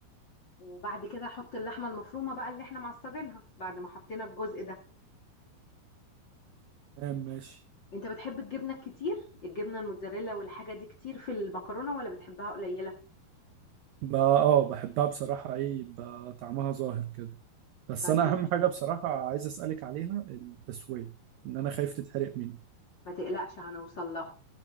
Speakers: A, on the left (about 40°); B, on the right (about 85°).
A: وبعد كده احط اللحمه المفرومه بقى اللي احنا معصجينها بعد ما حطينا الجزء ده
B: تمام ماشي
A: انت بتحب الجبنه الكتير الجبنه الموتزاريلا والحاجه دي كتير في المكرونه ولا بتحبها قليله
B: بقى اه بحبها بصراحه ايه بقى طعمها ظاهر كده بس
A: طيب
B: انا اهم حاجه بصراحه عايز اسالك عليها التسويه ان انا خايف تتحرق مني
A: ما تقلقش هنوصل لها